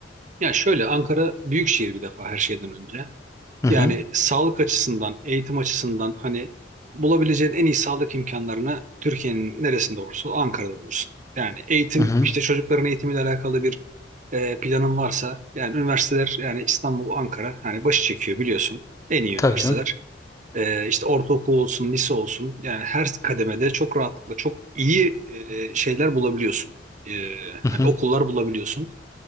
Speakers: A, on the right; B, on the left.
A: Ya şöyle Ankara büyük şehir bir defa her şeyden önce.
B: Hı
A: Yani
B: hı.
A: sağlık açısından, eğitim açısından hani bulabileceğin en iyi sağlık imkanlarını Türkiye'nin neresinde olursa ol, Ankara'da bulursun. Yani eğitim
B: Hı hı.
A: işte çocukların eğitimiyle alakalı bir e, planın varsa yani üniversiteler yani İstanbul, Ankara hani başı çekiyor biliyorsun en iyi
B: Tabii
A: üniversiteler.
B: canım.
A: Ee, işte ortaokul olsun, lise olsun yani her kademede çok rahatlıkla çok iyi e, şeyler bulabiliyorsun. Ee,
B: Hı
A: hani
B: hı.
A: okullar bulabiliyorsun.